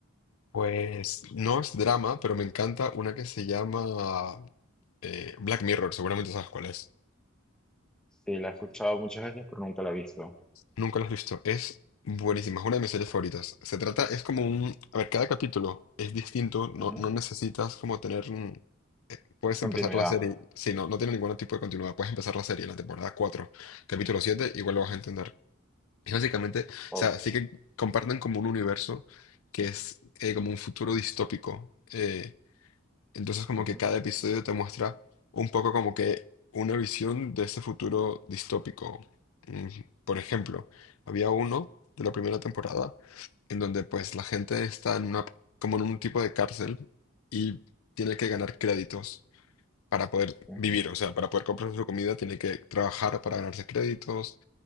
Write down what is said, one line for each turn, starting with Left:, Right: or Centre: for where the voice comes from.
Left: Pues no es drama, pero me encanta una que se llama eh, Black Mirror, seguramente sabes cuál es.
Centre: Sí, la he escuchado muchas veces, pero nunca la he visto.
Left: Nunca lo has visto. Es buenísima, es una de mis series favoritas. Se trata, es como un... A ver, cada capítulo es distinto, no,
Centre: Ujú.
Left: no necesitas como tener... mm, eh, Puedes
Centre: Continuidad.
Left: empezar la serie, si no, no tiene ningún tipo de continuidad, puedes empezar la serie, en la temporada 4 capítulo 7 igual
Centre: Ujú.
Left: lo vas a entender. Y básicamente, o
Centre: Ok.
Left: sea, sí que comparten como un universo que es eh, como un futuro distópico. eh, entonces como
Centre: Ujú.
Left: que cada episodio te muestra un poco como que una visión de ese futuro distópico. Mm, Por ejemplo, había uno de la primera temporada en donde pues la gente está en una, como en un tipo de cárcel y tiene que ganar créditos para poder
Centre: Sí.
Left: vivir, o sea, para poder comprar su comida tiene que trabajar para ganarse créditos,